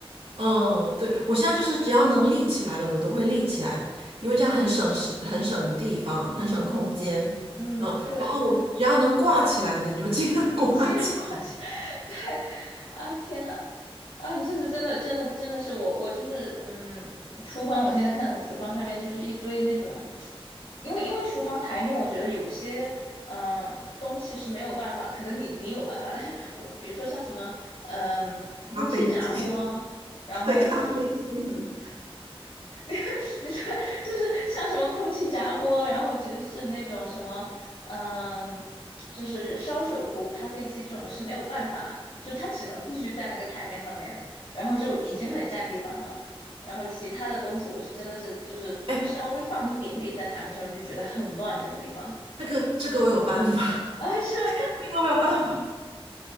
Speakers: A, on the right; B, on the left.
A: 嗯，对，我现在就是只要能立起来的，我都会立起来，因为这样很省时、
B: 嗯，
A: 很省地方、很省空间。
B: 嗯，
A: 嗯，
B: 对，
A: 然后我只要能挂起来的，你就尽量 <laughs> 挂起来。
B: 尽量 <laughs> 挂起。<laughs> 对，啊，天呐，啊，就是真的，真的，真的是我，我就是，嗯，厨房，我现在看我厨房上面就是一堆那种，因为因为厨房台面，我觉得有些，嗯、东西是没有办法，可能你你有办法，但是我比如说像什么，嗯、
A: <laughs>
B: 空气炸锅啊，
A: 咖啡机，
B: 然后就是
A: <laughs> 对，咖啡机很，
B: 你 <laughs> 你说就是像什么空气炸锅，然后就是那种什么，嗯，就是烧水壶、咖啡机这种是没有办法，就它只能必须在那个台面上面，然后就已经很占地方了。然后其他的东西，我是真的是就是稍微放一点点在台面上面，
A: 哎，
B: 就觉得很乱整个地方
A: 这个这个我有办法，
B: 啊，是吗？
A: <laughs> 这个我有办法。